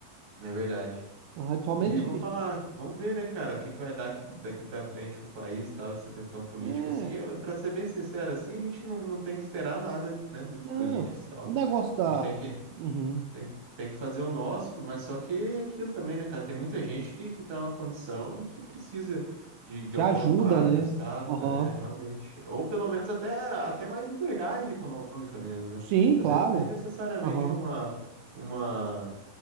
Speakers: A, on the right; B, on the right.
A: É verdade.
B: Ah, Principalmente.
A: E vou falar, vamos ver, né, cara, o que que vai dar aqui- daqui pra frente com o país e tal, essa questão política,
B: É,
A: assim, eu, pra ser bem sincero, assim, a gente não, não tem que esperar nada, né, dos
B: não.
A: políticos e tal,
B: O negócio da.
A: a gente tem que,
B: Uhum.
A: tem, tem que fazer o nosso, mas só que é aquilo também, né, cara, tem muita gente que, que tá numa condição que precisa de, de
B: Já
A: algum
B: ajuda,
A: amparo
B: né?
A: do Estado,
B: Aham.
A: tá, né, realmente, ou pelo menos até, até mais liberdade econômica mesmo, né,
B: Sim, claro.
A: às vezes nem necessariamente
B: Aham.
A: uma... uma